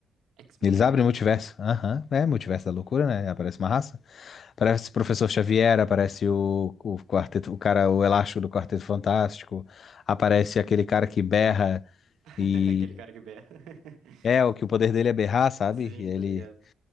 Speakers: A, on the right (about 80°); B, on the left (about 55°).
A: X-Men?
B: Eles abrem o multiverso. Aham, é multiverso da loucura, né? Aparece uma raça. Aparece o Professor Xavier, aparece o, o quarteto, o cara, o elástico do Quarteto Fantástico. Aparece aquele cara que berra
A: <laughs>
B: e
A: Aquele cara que berra. <laughs>
B: é o que o poder dele é berrar, sabe?
A: Sim,
B: E ele
A: tá ligado?